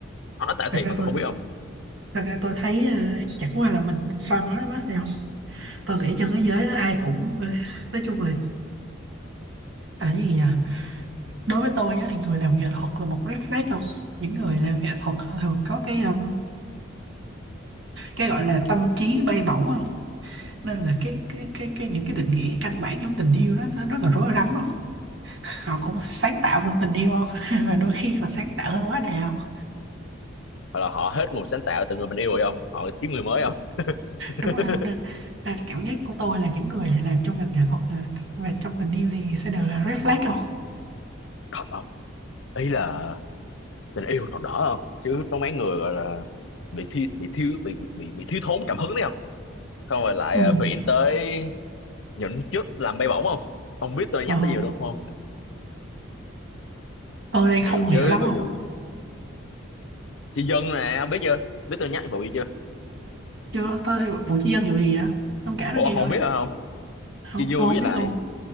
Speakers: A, on the left; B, on the right.
A: họ nói tệ
B: thật
A: thiệt
B: ra
A: mà mình
B: tôi
A: không biết không
B: thật ra tôi thấy ờ, chẳng qua là mình soi mói quá thôi không tôi nghĩ trên thế giới đó ai cũng ờ, nói chung là à cái gì nhỉ đối với tôi á, thì người làm nghệ thuật là một red flag không những người làm nghệ thuật họ thường có cái ờ, cái gọi là tâm trí bay bổng Không, nên là cái cái cái cái những cái định nghĩa căn bản trong tình yêu đó nó rất là rối rắm không họ cũng sáng tạo trong tình yêu không <laughs> và đôi khi họ sáng tạo hơi quá đà không
A: hoặc là họ hết nguồn sáng tạo từ người mình yêu rồi không họ kiếm người mới không <laughs>
B: đúng rồi không nên là cảm giác của tôi là những người làm trong ngành nghệ thuật à, và trong tình yêu thì sẽ đều là red flag không
A: thật không ý là tình yêu còn đỡ không chứ có mấy người gọi là bị thi bị thiếu bị bị bị, bị thiếu thốn cảm hứng đấy không không rồi lại
B: ừ.
A: ờ, viện tới những chức làm bay bổng không ông biết tôi
B: Ờ,
A: nhắc tới nhiều đúng không
B: tôi đây
A: nhiều
B: không hiểu
A: chứ
B: lắm
A: ví
B: không
A: dụ chị Dân nè ông biết chưa biết tôi nhắc vụ gì chưa
B: chưa tôi vụ chi dân vụ gì vậy ông kể nó
A: ủa
B: nghe
A: không
B: coi
A: biết hả không
B: không
A: Chi Du
B: tôi không
A: với
B: biết
A: lại
B: luôn